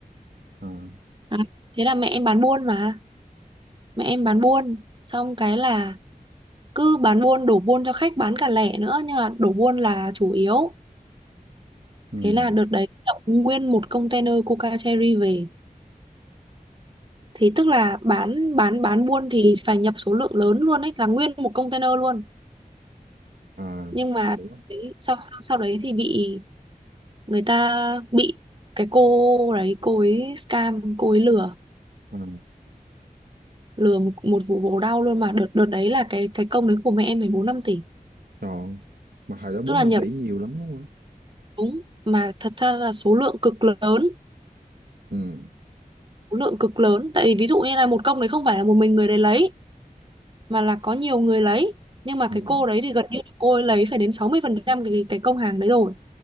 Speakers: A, on the right; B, on the right.
A: à
B: À, thế là mẹ em bán buôn mà mẹ em bán buôn xong cái là cứ bán buôn đổ buôn cho khách bán cả lẻ nữa nhưng mà đổ buôn là chủ yếu
A: ừ
B: thế là đợt đấy nhập nguyên một container Coca Cherry về thì tức là bán bán bán buôn thì phải nhập số lượng lớn luôn ấy là nguyên một container luôn
A: à
B: nhưng mà
A: hiểu
B: đấy, sau sau sau đấy thì bị người ta bị cái cô đấy cô ấy scam cô ấy lừa
A: không
B: lừa một, một vụ bổ đau luôn mà đợt đợt đấy là cái cái công đấy của mẹ em mười bốn năm tỷ
A: Còn mà hồi đó 4
B: tức là
A: 5
B: nhập
A: tỷ nhiều lắm đúng không? ạ?
B: Đúng, mà thật ra là số lượng cực lớn,
A: Ừ,
B: số lượng cực lớn tại vì ví dụ như là một công đấy không phải là một mình người đấy lấy mà là có nhiều người lấy, nhưng mà
A: ừ,
B: cái cô đấy thì gần như là cô ấy lấy phải đến 60% cái cái công hàng đấy rồi.